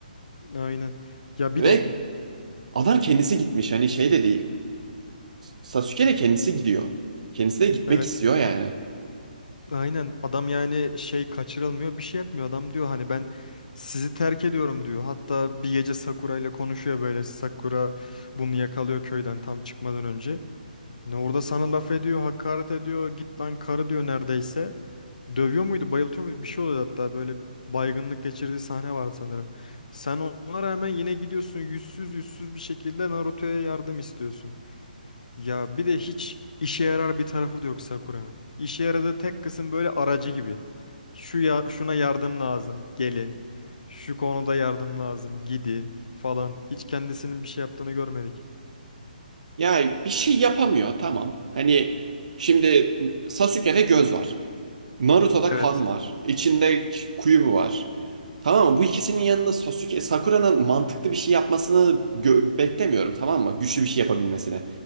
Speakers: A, on the left; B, on the right.
A: aynen. Ya bir
B: Ve
A: de
B: Adam kendisi gitmiş hani şey de değil. Sasuke de kendisi gidiyor. Kendisi de gitmek
A: evet.
B: istiyor yani.
A: Aynen adam yani şey kaçırılmıyor bir şey yapmıyor adam diyor hani ben sizi terk ediyorum diyor. Hatta bir gece Sakura ile konuşuyor böyle Sakura bunu yakalıyor köyden tam çıkmadan önce. Hani orada sana laf ediyor hakaret ediyor git lan karı diyor neredeyse. Dövüyor muydu bayıltıyor muydu bir şey oluyor hatta böyle baygınlık geçirdiği sahne var sanırım. Sen ona rağmen yine gidiyorsun yüzsüz yüzsüz bir şekilde Naruto'ya yardım istiyorsun. Ya bir de hiç işe yarar bir tarafı da yok Sakura'nın. İşe yaradığı tek kısım böyle aracı gibi. Şu ya şuna yardım lazım, gelin. Şu konuda yardım lazım, gidin falan. Hiç kendisinin bir şey yaptığını görmedik.
B: Yani bir şey yapamıyor tamam. Hani şimdi Sasuke'de göz var. Naruto'da
A: Evet.
B: kan var. İçinde kuyubu var. Tamam mı? Bu ikisinin yanında Sasuke, Sakura'nın mantıklı bir şey yapmasını gö- beklemiyorum tamam mı? Güçlü bir şey yapabilmesini.